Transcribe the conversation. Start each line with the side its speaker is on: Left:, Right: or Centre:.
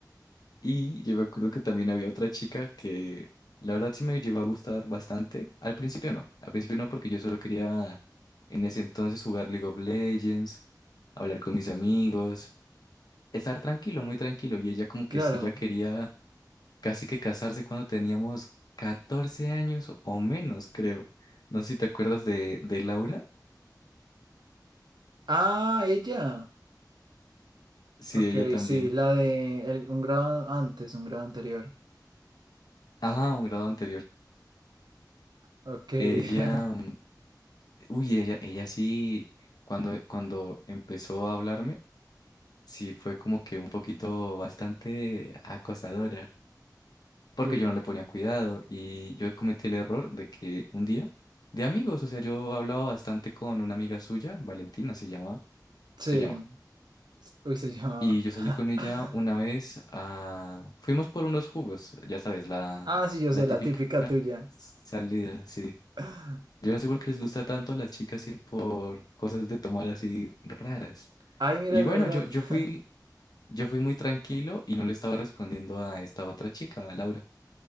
Left: Y yo me acuerdo que también había otra chica que la verdad sí me llegó a gustar bastante. Al principio no, al principio no porque yo solo quería en ese entonces jugar League of Legends, hablar con mis amigos, estar tranquilo, muy tranquilo. Y ella como que
Right: Claro.
Left: sí ya quería casi que casarse cuando teníamos 14 años o o menos, creo. No sé si te acuerdas de, de Laura.
Right: Ah, ella.
Left: Sí,
Right: Ok,
Left: ella también.
Right: sí, la de el- un grado antes, un grado anterior.
Left: Ajá, un grado anterior.
Right: Ok.
Left: Ella,
Right: <laughs>
Left: mm, uy, ella, ella sí, cuando, cuando empezó a hablarme. sí fue como que un poquito bastante acosadora, porque
Right: Uy,
Left: yo no le ponía cuidado y yo cometí el error de que un día, de amigos, o sea, yo hablaba bastante con una amiga suya, Valentina se llamaba,
Right: sí,
Left: se llama,
Right: uy, se llamaba.
Left: y yo
Right: <laughs>
Left: salí con ella una vez a, fuimos por unos jugos, ya sabes, la,
Right: Ah, sí, yo
Left: la
Right: sé, la
Left: típica
Right: típica tuya.
Left: salida, sí.
Right: <laughs>
Left: Yo no sé por qué les gusta tanto a las chicas ir por cosas de tomar así raras.
Right: Ay, mira,
Left: Y
Right: es
Left: bueno,
Right: verdad.
Left: yo, yo fui
Right: <laughs>
Left: yo fui muy tranquilo y no le estaba respondiendo a esta otra chica, a Laura.